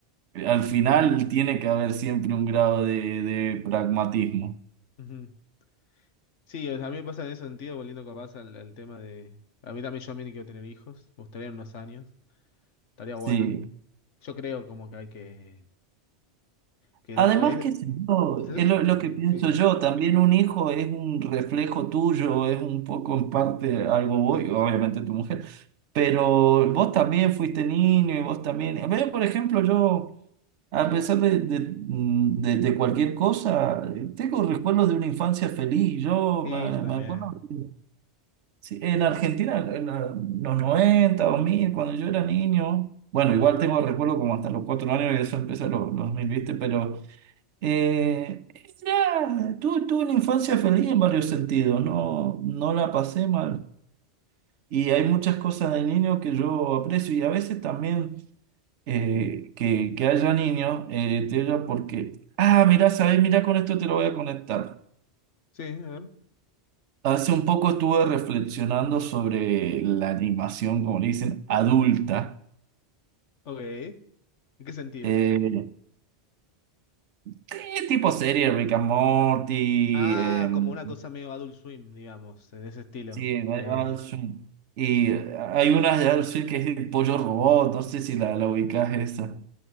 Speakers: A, on the right (about 80°); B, on the left (about 85°).
A: al final tiene que haber siempre un grado de de pragmatismo.
B: Ujú. Sí, o sea, a mí me pasa en ese sentido, volviendo capaz al, al tema de... A mí también yo a mí ni quiero tener hijos, me gustaría en unos años, estaría
A: Sí.
B: bueno. Yo creo como que hay que... Que
A: Además,
B: lo es.
A: que es lo,
B: O eh,
A: lo que pienso
B: sí,
A: yo, también un hijo es un reflejo tuyo, es un poco en parte algo voy, obviamente tu mujer, pero vos también fuiste niño y vos también. A ver, por ejemplo, yo, a pesar de, de, mm, de- de cualquier cosa, eh, tengo recuerdos de una infancia feliz. Yo
B: sí,
A: me,
B: yo también.
A: me acuerdo que sí, en Argentina, en la- los 90, mil cuando yo era niño, bueno, igual tengo recuerdos como hasta los cuatro años y eso empecé los, los 2000, ¿viste? Pero. Eh, era- tu- tuve una infancia feliz en varios sentidos, no, no la pasé mal. Y hay muchas cosas de niño que yo aprecio y a veces también eh, que, que haya niños, eh, te digo porque, ah, mira, sabes, mira, con esto te lo voy a conectar.
B: Sí, a ver.
A: Hace un poco estuve reflexionando sobre la animación, como le dicen, adulta.
B: Ok. ¿En qué sentido
A: Eh,
B: sería?
A: eh, tipo serie, Rick and Morty,
B: Ah,
A: em,
B: como una cosa medio Adult Swim, digamos, en ese estilo.
A: Sí,
B: De...
A: Guy Adolfson. Y eh, hay una de Adolfson que es el pollo robot, no sé si la, la ubicás esa.